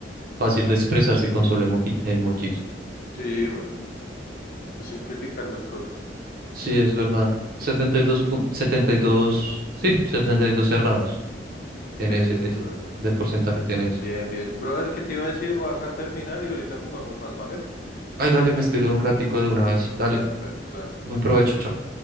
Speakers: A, on the right; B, on the left.
A: fácil de expresarse con solo emoji- emojis.
B: Sí, bueno, es simplificar las cosas.
A: Sí, es verdad. 72, pu- 72 sí, 72 cerrados. Tiene
B: Qué bien,
A: ese, ese-
B: brother.
A: de porcentaje tiene ese.
B: Bien, bien. Brother, ¿qué te iba a decir? Voy acá a terminar y ahorita jugamos más, ¿vale?
A: Ay, dale, me estiré un ratico de una vez. Dale.
B: Dale, mi perro. está bien.
A: Buen provecho, chao.